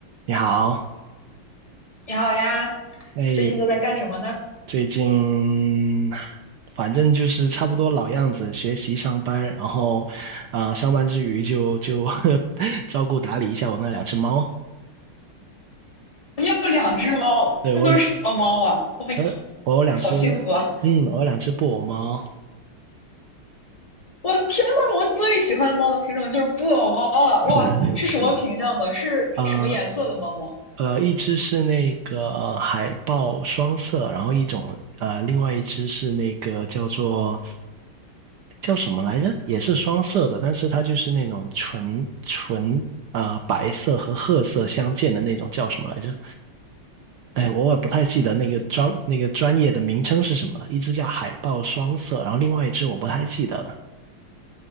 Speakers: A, on the right; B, on the left.
A: 你好，
B: 你好呀，
A: 哎，
B: 最近都在干什么呢？
A: 最近反正就是差不多老样子，学习、上班，然后啊、上班之余就就 <laughs> 照顾打理一下我那两只猫。
B: 你有两只猫，
A: 对，
B: 它们都是什么猫啊？
A: 我两
B: 我呀，
A: 呃，我有两只，
B: 好幸福啊！
A: 嗯，我有两只布偶猫，
B: 我的天呐，我最喜欢的猫的品种就是布偶猫了。
A: 是是，
B: 哇，是什么品相的？是什么颜色的猫猫？
A: 呃，呃，一只是那个呃海豹双色，然后一种呃，另外一只是那个叫做叫什么来着？也是双色的，但是它就是那种纯纯啊、呃白色和褐色相间的那种，叫什么来着？哎，我也不太记得那个专那个专业的名称是什么了。一只叫海豹双色，然后另外一只我不太记得了。